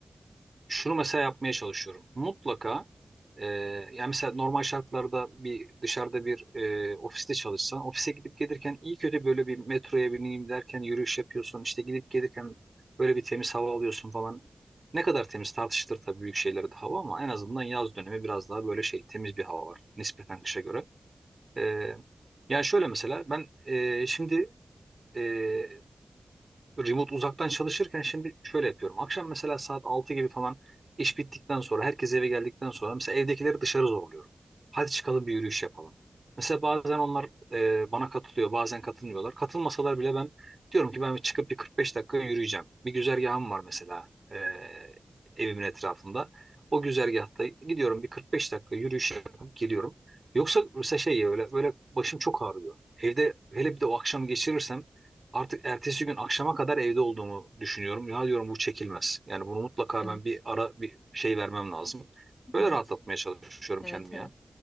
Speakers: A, on the right (about 45°); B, on the left (about 40°).
A: şunu mesela yapmaya çalışıyorum. Mutlaka e, yani mesela normal şartlarda bir dışarıda bir e, ofiste çalışsan ofise gidip gelirken iyi kötü böyle bir metroya bineyim derken yürüyüş yapıyorsun işte gidip gelirken böyle bir temiz hava alıyorsun falan. Ne kadar temiz tartışılır tabii büyük şeylere de hava ama en azından yaz dönemi biraz daha böyle şey temiz bir hava var nispeten kışa göre. E, yani şöyle mesela ben e, şimdi e, remote uzaktan çalışırken şimdi şöyle yapıyorum. Akşam mesela saat 6 gibi falan iş bittikten sonra herkes eve geldikten sonra mesela evdekileri dışarı zorluyorum. Hadi çıkalım bir yürüyüş yapalım. Mesela bazen onlar e, bana katılıyor, bazen katılmıyorlar. Katılmasalar bile ben diyorum ki ben bir çıkıp bir 45 dakika yürüyeceğim. Bir güzergahım var mesela e, evimin etrafında. O güzergahta gidiyorum bir 45 dakika yürüyüş yapıp geliyorum. Yoksa mesela şey ya, öyle, böyle başım çok ağrıyor. Evde hele bir de o akşam geçirirsem Artık ertesi gün akşama kadar evde olduğumu düşünüyorum. Ya diyorum bu çekilmez. Yani bunu mutlaka
B: Evet,
A: ben bir ara bir şey vermem lazım. Böyle
B: evet.
A: rahatlatmaya çalışıyorum
B: Evet,
A: kendimi
B: evet.
A: ya.